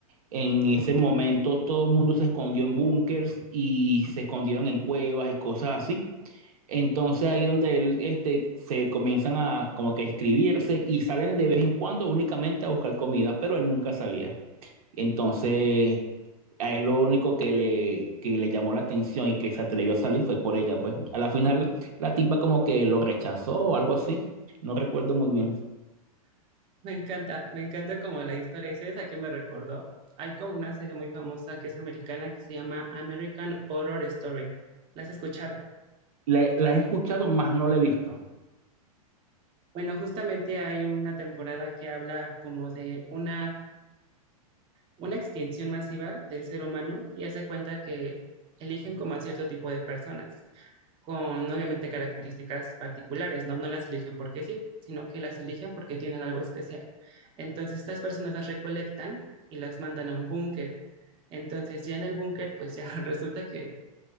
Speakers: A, on the right; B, on the right.
A: En ese momento todo el mundo se escondió en búnkers y se escondieron en cuevas y cosas así. Entonces ahí donde él, este, se comienzan a como que escribirse y salen de vez en cuando únicamente a buscar comida, pero él nunca salía. Entonces, a él lo único que le, que le llamó la atención y que se atrevió a salir fue por ella, pues. A la final, la tipa como que lo rechazó o algo así. No recuerdo muy bien.
B: Me encanta, me encanta como la historia. ¿Y sabes a qué me recordó? Hay como una serie muy famosa que es americana que se llama American Horror Story. ¿La has escuchado?
A: Le- la he escuchado, más no la he visto.
B: Bueno, justamente hay una temporada que habla como de una, una extinción masiva del ser humano y hace cuenta que eligen como a cierto tipo de personas. con obviamente características particulares, ¿no? No las eligen porque sí, sino que las eligen porque tienen algo especial. Entonces, estas personas las recolectan y las mandan a un búnker. Entonces, ya en el búnker, pues ya <laughs> resulta que